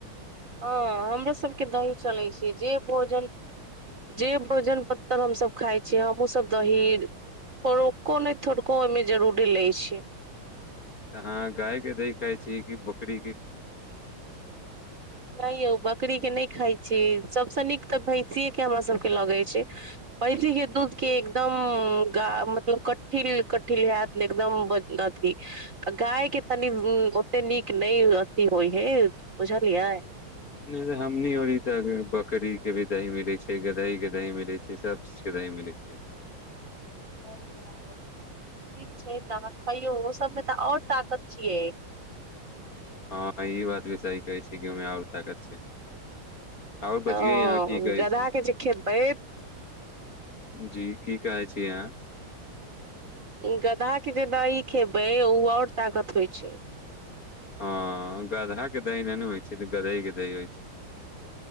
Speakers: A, on the right; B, on the left.
A: ह हमरो सबके दही चलै छै जे भोजन जे भोजन पत्तर हमसभ खाय छियै हमहु सब दही थोड़को ने थोड़को ओहिमे जरूरी लेय छिये
B: तऽ हँ गायके दही खाइ छी की बकरीके
A: नहि यौ बकरी के नहि खााय छी सबस नीक तऽ भैंसीे के हमरा सबके लगे छै भैषी के दूध के एकदम मतलब कठिन कठिन हैत एकदम अथि गाय के तनी ओते नीक नहि अथी होइ हे बुझलियै
B: नैय त हमनी ओरी तऽ बकरी के भी दही मिलै छै गदई के दही मिलै छै सब के दही मिलै छै
A: ओ ठीक छै तऽ अहाँ खइयौ ओ सभमे तऽ आओर ताकत छियै
B: हँ ई बात भी सही कहै छी कि ओहिमे आओर ताकत छै आओर बजियै
A: ह
B: यहाँ की कहै
A: गदहा
B: छी
A: के जे खेबै
B: जी की कहे छी आहाँ
A: गधा के जे दी खेबै उ आऔर ताकत होइ छै
B: हँ गधा के दहि ने ने होइ छै गदई के दही होइ छै